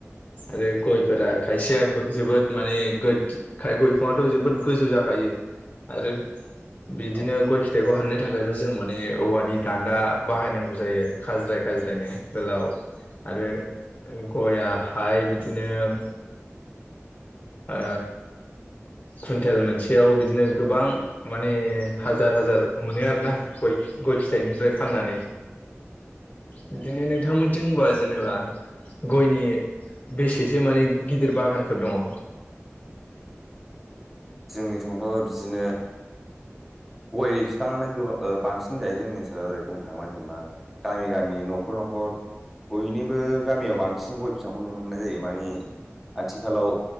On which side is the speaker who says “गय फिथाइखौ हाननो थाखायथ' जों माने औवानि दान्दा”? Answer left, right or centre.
Left